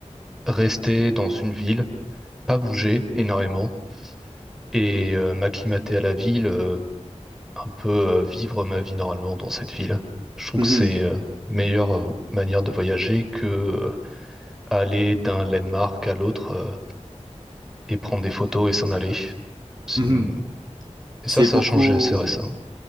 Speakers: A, in the centre; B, on the right (about 35°).
A: rester dans une ville, pas bouger énormément et euh, m'acclimater à la ville, euh, un peu euh, vivre ma vie normalement dans cette ville. Je trouve
B: Mhm.
A: que c'est euh, une meilleure euh, manière de voyager que euh, aller d'un landmark à l'autre euh, et prendre des photos et s'en aller. C'est
B: Mhm.
A: une- Et
B: C'est
A: ça, ça
B: beaucoup.
A: a changé assez récemment